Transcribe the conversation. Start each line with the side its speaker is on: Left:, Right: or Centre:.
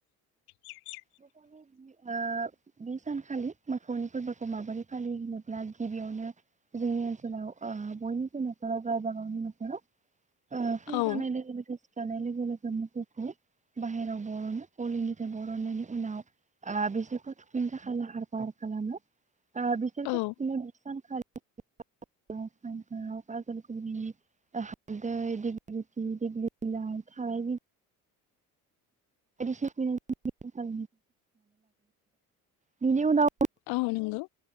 Left: <inaudible>
Right: मोसौनि ओ बे सानखालि मोसौनि फोरबोखौ माबोरै फालियो होनोब्ला गिबियावनो जोंनि ओनसोलाव ओ बयनिबो नख'राव गावबा गावनि न'खराव ओ फुं
Left: औ
Right: जानाय लोगो लोगो सिखारनाय लोगो लोगो मोसौखौ बाहेरायाव बरनो ग'लि निफ्राय बरननायनि उनाव ओ‌ बिसोरखौ थुखैनो थाखाय लाहार फाहार खालामो। ओ बिसोरखौ
Left: औ
Right: थुखैनाय बि सानखालि फान्थाव, बाजारगुरि, ओ हालदै, दिगिलिथि, दिग्लि बिलाइ थाराय बि <unintelligible> लाग्रोयो बिनि उनाव
Left: औ, नोंगौ।